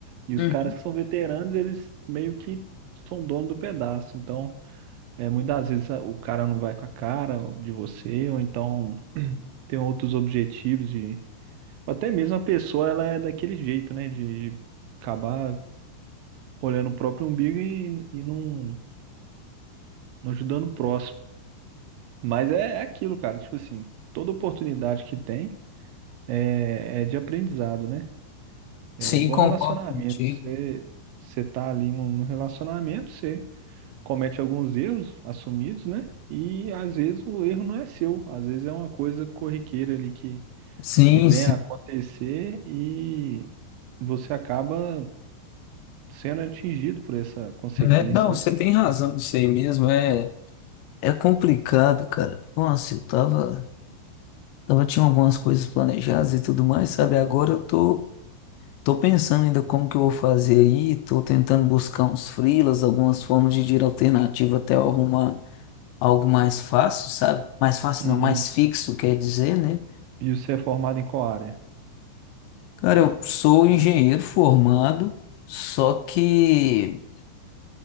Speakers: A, on the right (about 80°); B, on the left (about 85°).
A: E os
B: Uhum.
A: caras que são veteranos, eles meio que são dono do pedaço. Então, é, muitas vezes a- o cara não vai com a cara de você, ou então tem outros objetivos de. ou Até mesmo a pessoa, ela é daquele jeito, né? De, de acabar olhando o próprio umbigo e, e não, não ajudando o próximo. Mas é, é aquilo, cara. Tipo assim, toda oportunidade que tem é, é de aprendizado, né? É
B: Sim,
A: igual
B: concordo
A: relacionamento.
B: contigo.
A: Você, você tá ali num num relacionamento, você. comete alguns erros assumidos, né? E às vezes o erro não é seu, às vezes é uma coisa corriqueira ali que,
B: Sim,
A: que vem
B: sim.
A: a acontecer e você acaba sendo atingido por essa consequência,
B: É, não,
A: né?
B: você tem razão disso aí mesmo. É, é complicado, cara. Nossa, eu tava, tava, tinha algumas coisas planejadas e tudo mais, sabe? Agora eu tô Tô pensando ainda como que eu vou fazer aí, tô tentando buscar uns freelas, algumas formas de dinheiro alternativo até eu arrumar algo mais fácil, sabe? Mais fácil
A: Uhum.
B: não, mais fixo, quer dizer, né?
A: E você é formado em qual área?
B: Cara, eu sou engenheiro formado, só que